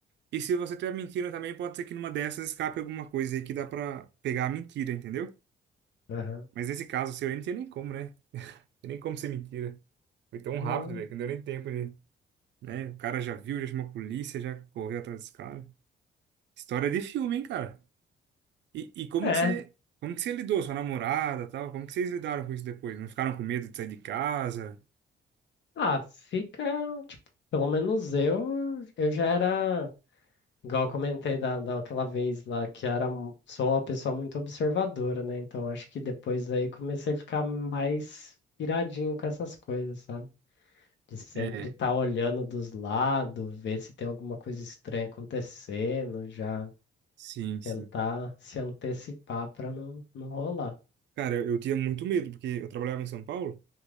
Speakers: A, on the right; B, on the left.
A: e se você estiver mentindo também, pode ser que numa dessas escape alguma coisa aí que dá pra pegar a mentira, entendeu?
B: Aham.
A: Mas nesse caso seu aí não tinha nem como, né? Não tinha nem como ser mentira. Foi tão
B: Hum,
A: rápido, velho, que não deu nem tempo de. né? O cara já viu, já chamou a polícia, já correu atrás desse cara. História de filme, hein, cara? E, e como
B: É.
A: que você, como que você lidou, sua namorada, e tal? Como que vocês lidaram com isso depois? Não ficaram com medo de sair de casa?
B: Ah, fica. Pelo menos eu, eu já era, igual eu comentei da, daquela vez lá, que era, mu- sou uma pessoa muito observadora, né? Então acho que depois daí comecei a ficar mais piradinho com essas coisas, sabe? De sempre
A: É,
B: estar olhando dos lados, ver se tem alguma coisa estranha acontecendo, já
A: sim, sim.
B: tentar se antecipar para não, não rolar.
A: Cara, eu, eu tinha muito medo, porque eu trabalhava em São Paulo